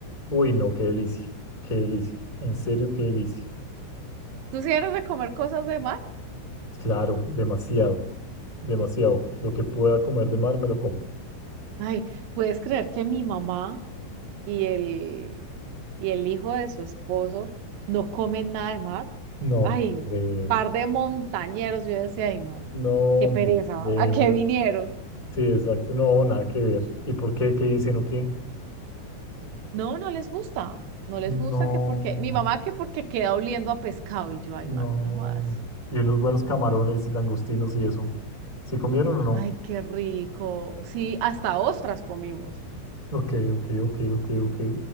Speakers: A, on the left (about 20°); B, on the right (about 85°).
A: Uy, no, qué delicia, qué delicia. En serio, qué delicia.
B: ¿Tú sí eres de comer cosas de mar?
A: Claro, demasiado, demasiado. Lo que pueda comer de mar me lo como.
B: Ay, ¿puedes creer que mi mamá y el, y el hijo de su esposo no comen nada de mar.
A: No,
B: Ay,
A: te
B: no.
A: creo.
B: Par de montañeros, yo decía, ay, no,
A: No,
B: qué pereza,
A: lejos.
B: ¿a qué vinieron?
A: Sí, exacto, no, nada que ver. ¿Y por qué? ¿Qué dicen o qué?
B: No, no les gusta, no
A: No,
B: les gusta que porque, mi mamá que porque queda oliendo a pescado y yo,
A: no.
B: ay, mami, no jodas.
A: Y unos buenos camarones y langostinos y eso. ¿Se comieron o no?
B: Ay, qué rico. Sí, hasta ostras comimos.
A: Ok, ok, ok, ok, ok.